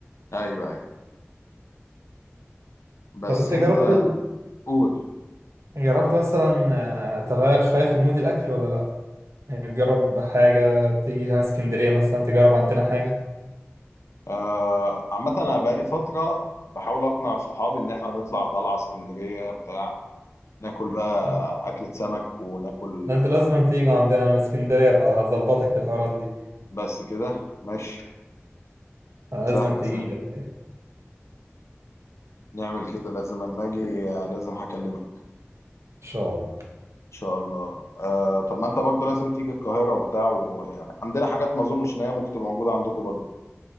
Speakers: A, on the left; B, on the right.
A: ايوه ايوه بس
B: طب أنت
A: انت
B: جربت
A: قول
B: جربت مثلا آه، تغير شوية في مود الأكل ولا لأ؟ يعني تجرب حاجة تيجي هنا اسكندرية مثلا تجرب عندنا حاجة
A: آه عامه انا بقالي فتره بحاول اقنع صحابي ان احنا نطلع طلعه اسكندريه بتاع ناكل بقى
B: آه،
A: اكله سمك وناكل
B: ده أنت لازم تيجي عندنا من اسكندرية فهظبطك في الحوارات دي
A: بس كده ماشي
B: آه،
A: سهلة
B: لازم تيجي
A: سهلة
B: لك يعني.
A: نعمل كده لازم اما اجي آه، لازم هكلمك
B: إن شاء الله
A: ان شاء الله آه طب ما انت برضه لازم تيجي القاهرة وبتاع ويعني عندنا حاجات ما اظنش ان هي ممكن تبقى موجودة عندكم برضه